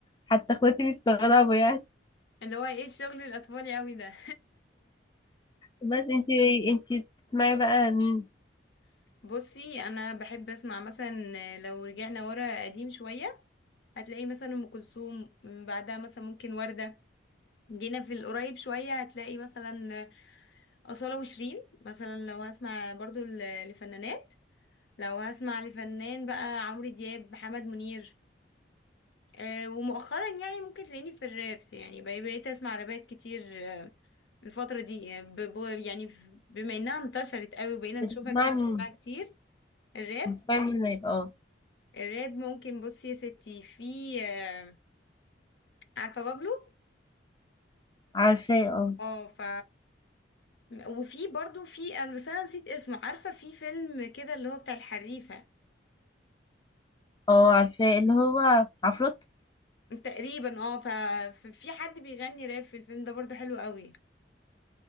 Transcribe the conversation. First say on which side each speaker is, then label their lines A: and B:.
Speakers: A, on the left; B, on the left.
A: حتى اخواتي بيستغربوا يعني
B: اللي هو ايه الشغل الأطفالي أوي ده
A: بس انتي انتي بتسمعي بقى مين
B: <laughs> بصي أنا بحب أسمع مثلا لو رجعنا ورا قديم شوية هتلاقي مثلا أم كلثوم م، بعدها مثلا ممكن وردة جينا في القريب شوية هتلاقي مثلا أصالة وشيرين مثلا لو هسمع برضو ل- لفنانات لو هسمع لفنان بقى عمرو دياب محمد منير أه ومؤخرا يعني ممكن تلاقيني في الرابس يعني بقى- بقيت اسمع رابات كتير آه، الفترة دي آه، ب- ب- يعني ف- بما انها انتشرت قوي وبقينا نشوفها
A: بتسمعي
B: كتير
A: مين
B: نسمعها كتير الراب
A: بتسمعي مين ما يبقى اه
B: الراب ممكن بصي يا ستي في آه، عارفة بابلو
A: عارفاه اه
B: اه ف وفي برضو في انا بس انا نسيت اسمه عارفة في فيلم كده اللي هو بتاع الحريفة
A: اه عارفاه اللي هو عفروت
B: تقريبا اه ف- ففي حد بيغني راب في الفيلم ده برضو حلو قوي